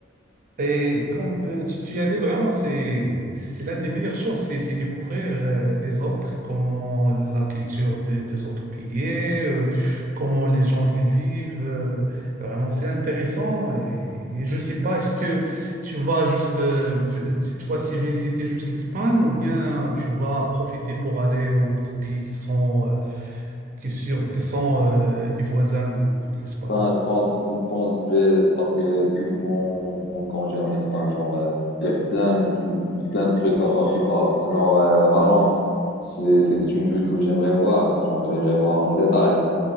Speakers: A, on the right (about 45°); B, on the left (about 55°).
A: Et comme euh, tu, tu as dit vraiment, c'est c'est l'une des meilleures choses, c'est c'est découvrir euh, les autres, comment la culture de- des autres pays, euh, comment les gens ils vivent. euh, vraiment, c'est intéressant. Et, et je sais pas, est-ce que tu vas juste euh, vi- cette fois-ci visiter juste l'Espagne ou bien tu vas profiter pour aller aux autres pays qui sont euh, qui sur- qui sont euh, des voisins de, de l'Espagne?
B: Ben, je pense, je pense que je vais passer tout mon mon congé en Espagne. Genre, euh, il y a plein de, chu- plein de trucs à voir, tu vois. C'est Genre, euh, Valence, c'est c'est une ville que j'aimerais voir. Genre, j'aimerais voir en détail,